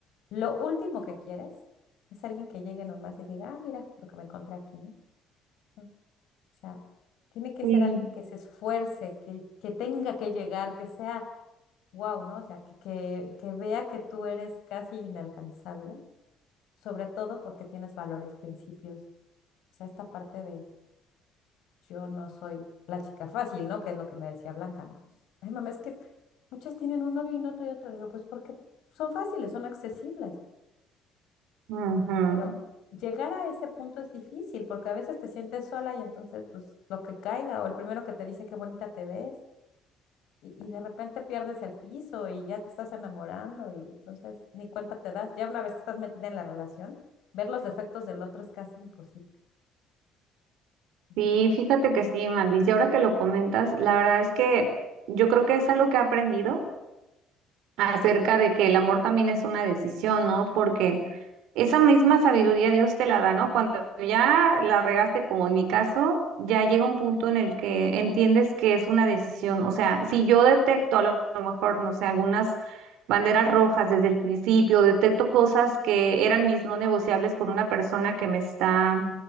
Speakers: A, on the left; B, on the right.
A: Lo último que quieres es alguien que llegue nomás y diga, ah, mira lo que me encontré aquí, ¿no? No, O sea, tiene que
B: Sí,
A: ser alguien que se esfuerce, que, que tenga que llegar, que sea wow, ¿no? O sea, que, que, que vea que tú eres casi inalcanzable, sobre todo porque tienes valores, principios. O sea, esta parte yo no soy la chica fácil, ¿no? Que es lo que me decía Blanca. ¿no? Ay, mamá, es que muchas tienen un novio y un otro y otro. Le digo, pues porque son fáciles, son accesibles,
B: ujú.
A: pero llegar a ese punto es difícil porque a veces te sientes sola y entonces, pues lo que caiga o el primero que te dice qué bonita te ves y, y de repente pierdes el piso y ya te estás enamorando y entonces ni cuenta te das. Ya una vez que estás metida en la relación, ver los defectos del otro es casi imposible, ¿verdad?
B: Sí, fíjate que sí, Mandis. Y ahora que lo comentas, la verdad es que yo creo que es algo que he aprendido acerca de que el amor también es una decisión, ¿no? Porque esa misma sabiduría Dios te la da, ¿no? Cuando ya la regaste, como en mi caso, ya llega un punto en el que entiendes que es una decisión. O sea, si yo detecto a lo a lo mejor, no sé, algunas banderas rojas desde el principio, detecto cosas que eran mis no negociables con una persona que me está